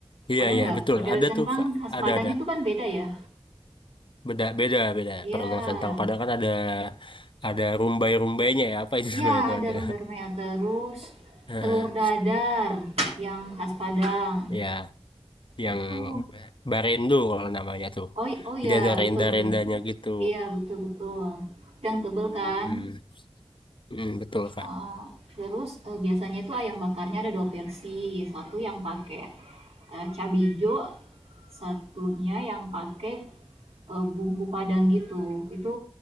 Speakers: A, on the left; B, on the right.
A: iya,
B: Ada
A: iya,
B: nggak?
A: betul.
B: Perkedel
A: Ada
B: kentang
A: tuh, Kak.
B: khas
A: ada,
B: Padang
A: ada.
B: itu kan beda ya?
A: Beda, beda, beda.
B: Ya,
A: Perkedel kentang Padang kan ada ada rumbai-rumbainya ya. Apa itu <laughs> namanya
B: ya
A: itu
B: ada
A: ada.
B: rumah-rumahnya terus
A: Heeh,
B: telur dadar yang khas Padang
A: ya, yang
B: itu
A: barendo kalau namanya tuh.
B: oh oh
A: Jadi
B: ya
A: ada renda-rendanya
B: betul bener.
A: gitu.
B: iya betul betul yang tebel kan
A: Hmm, hmm, betul Kak.
B: Eee, terus, eee, biasanya itu ayam bakarnya ada 2 versi, satu yang pakai, eee, cabe ijo, satunya yang pakai, eee, bumbu padang gitu. Itu